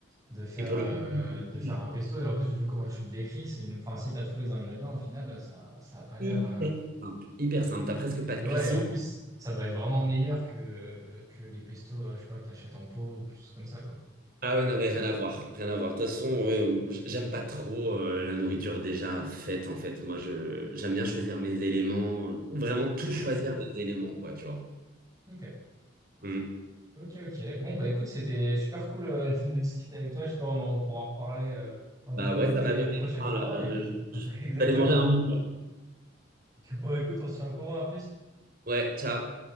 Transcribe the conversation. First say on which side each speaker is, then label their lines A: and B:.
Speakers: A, on the right; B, on the right.
A: de faire,
B: Et pour
A: euh,
B: le coup, <laughs>
A: de faire un pesto. Et en plus, vu comment tu le décris, c'est une... enfin, si t'as tous les ingrédients, au final, ça, ça a pas l'air.
B: hyper
A: euh,
B: simple. Hyper simple. T'as presque pas
A: et
B: de cuisson.
A: ouais, et en plus, ça doit être vraiment meilleur que, euh, que les pestos, euh, je sais pas, que t'achètes en pot ou quelque chose comme ça, quoi.
B: Ah oui, non, mais rien à voir, rien à voir. De toute façon, ouais, euh, j- j'aime pas trop euh, la nourriture déjà faite, en fait. Moi, je j'aime bien choisir mes éléments, euh, vraiment tout
A: Ok,
B: choisir
A: ouais.
B: mes éléments, quoi, tu vois.
A: Ok,
B: Mm.
A: ok, ok. Bon, bah écoute, c'était super cool euh, <laughs> de discuter avec toi. J'espère qu'on en- on pourra en reparler euh, un peu
B: Bah
A: plus
B: ouais,
A: en
B: ça
A: détail
B: m'a donné
A: une prochaine
B: faim,
A: fois.
B: là. Je,
A: Et puis,
B: je vais
A: <laughs> exactement.
B: aller manger un bout, là.
A: Bon, écoute, on se tient au courant. À plus.
B: Ouais, ciao.